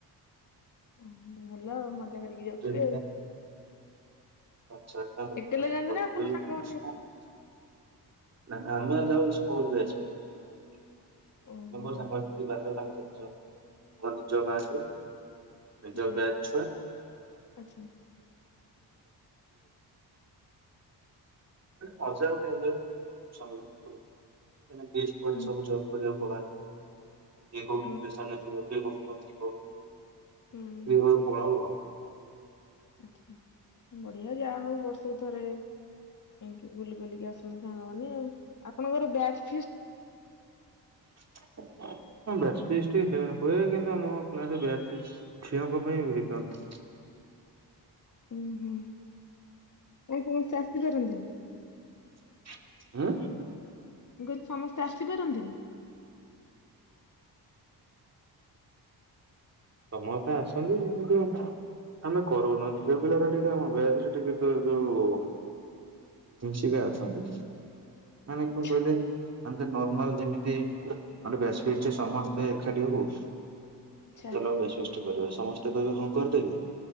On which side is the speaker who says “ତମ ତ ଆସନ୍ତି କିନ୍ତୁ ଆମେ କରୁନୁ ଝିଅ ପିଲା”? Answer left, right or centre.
Right